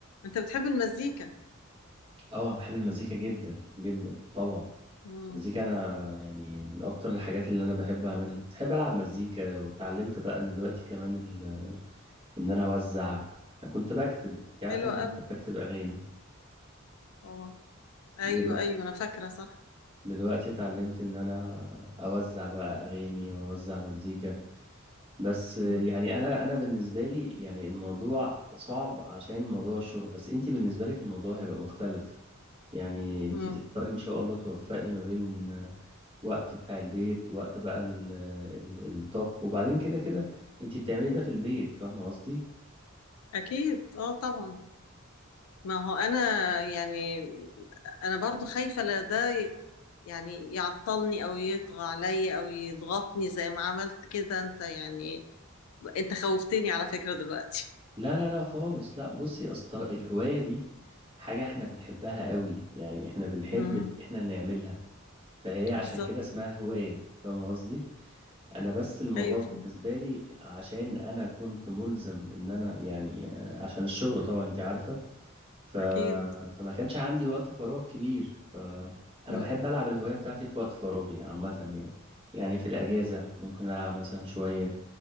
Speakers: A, on the left; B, on the right.
A: انت بتحب المزيكا
B: اه بحب المزيكا جدا جدا طبعا
A: امم
B: المزيكا انا يعني من اكتر الحاجات اللي انا بحب اعملها بحب العب مزيكا واتعلمت بقى دلوقتي كمان ال... ان انا اوزع انا كنت بكتب انت عارف
A: حلوه
B: انا كنت
A: قوي
B: بكتب اغاني
A: اه ايوه
B: دلوقتي
A: ايوه انا فاكره صح
B: دلوقتي اتعلمت ان انا اوزع بقى اغاني واوزع مزيكا بس يعني
A: امم
B: انا انا بالنسبه لي يعني الموضوع صعب عشان موضوع الشغل بس انت بالنسبه لك الموضوع هيبقى مختلف يعني انت
A: امم
B: تقدري ان شاء الله توفقي ما بين وقت بتاع البيت وقت بقى ال- ال- الطبخ وبعدين كده كده انت بتعملي ده في البيت فاهمه قصدي
A: اكيد اه طبعا ما هو انا يعني انا برضو خايفه لا ده ي- يعني يعطلني او يطغى عليا او يضغطني زي ما عملت كده انت يعني انت خوفتني على فكرة دلوقتي
B: لا لا لا خالص لا بصي اصل الهوايه دي حاجه احنا بنحبها قوي يعني احنا بنحب
A: امم
B: إن احنا نعملها فهي عشان
A: بالظبط
B: كده اسمها هوايه فاهمه قصدي انا بس الموضوع
A: ايوه فاهم
B: بالنسبه لي عشان انا كنت ملزم ان انا يعني آه، عشان الشغل طبعا انت عارفه ف...
A: اكيد
B: فما كانش عندي وقت فراغ كبير فأنا
A: امم
B: بحب ألعب الهواية بتاعتي في وقت فراغي عامة يعني يعني في الأجازة ممكن ألعب مثلا شوية